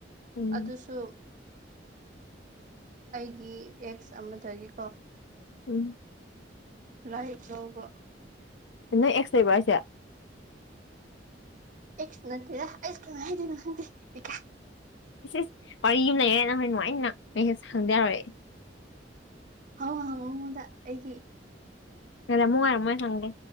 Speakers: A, on the left; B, on the right.
A: ꯎꯝ
B: ꯑꯗꯨꯁꯨ ꯑꯩꯒꯤ ꯑꯦꯛꯁ ꯑꯃꯗꯒꯤꯀꯣ
A: ꯎꯝ
B: ꯂꯥꯏꯛ ꯂꯧꯕ
A: ꯅ ꯑꯦꯛꯁ ꯂꯩꯕ꯭ꯔꯣ ꯍꯥꯏꯁꯦ
B: ꯑꯦꯁ ꯅꯠꯇꯦꯌꯥ ꯑꯩꯁꯨ ꯀꯃꯥꯏ ꯍꯥꯏꯗꯣꯅꯣ ꯈꯪꯗꯦ ꯏꯀꯥꯢ
A: ꯏꯁ ꯏꯁ ꯋꯥꯔꯤ ꯑꯝ ꯂꯩꯔꯦ ꯅꯪ ꯍꯣꯔꯦꯟ ꯅꯨꯡꯉꯥꯢꯅꯤꯅꯪ <unintelligible> ꯍꯪꯗ ꯌꯥꯔꯣꯏ ꯑꯩ
B: ꯍꯉꯣ ꯍꯉꯣ ꯉꯣꯟꯗ ꯑꯩꯒꯤ
A: ꯉꯥꯏꯔꯝꯃꯣ ꯉꯥꯏꯔꯝꯃꯣ ꯑꯩ ꯍꯪꯒꯦ